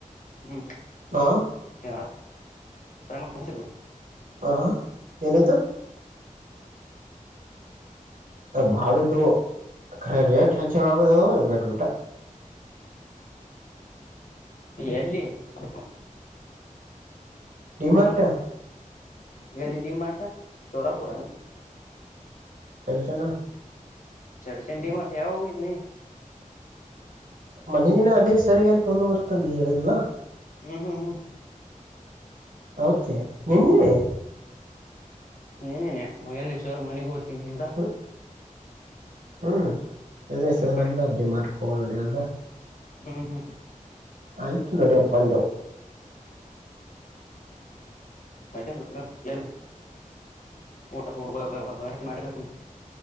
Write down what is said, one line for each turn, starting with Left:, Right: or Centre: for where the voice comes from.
Left: ಹ್ಮ
Right: ಹ
Left: ಯ <inaudible> ಪ್ರಯಮ ಪಕ್ಷಕ್ಷದು <inaudible>
Right: ಹಾ ಎಏನಿತ ಮಾಡಳೆದು ಖರ ರೇಟ್
Left: ಹ್ಮ್ ಹ್ಮ್
Right: ಹೆಚ್ಚಗದು ಬೆಟ್ಬಟ
Left: ಎಲ್ಲಿ <inaudible>
Right: ಡಿಮಾರ್ಟಾ
Left: ಎಲ್ಇಡಿ ಮರಠ ಸೋಲಾಪುರ
Right: ಚರಿ ಚನಾ
Left: ಚಡ್ ಚಂಡಿ ಮಾಡಠ ಯಾವ ಹೋಗಿದ್ನ
Right: ಮನೆ ದಿನ ಅದೇ ಸರಿ ಅಂತ ತೊಂದ ಬರ್ತನ್ ಹೇಳಿದಲಾ
Left: ಹ್ಮ ಹ್ಮ್ ಹ್ಮ್
Right: ಹೌತ್ತೆ ನಿನ್ನೆ
Left: ನೀನೇನೆ ಮಯಲ್ಲಿ ಸರ್ ಮನೆಗ್ ಹೋಗ್ತೀನಿ ಅಂತ
Right: ಹ್ಮ್ ಹ್ಮ್ ಅದೇ ಸರ್
Left: ಆ
Right: ಅಂದ ಅಡ್ಡಿ ಮಾರಕೋ ನೋಡಿ ಅಂದ
Left: ಹ್ಮ ಹಾ
Right: ಆಯ್ತು ನೋಡಿ ಅಪ್ಪಂದವು
Left: ಮೆ ಬ <inaudible> ಊಟ ಬ ಮಾಡ <inaudible>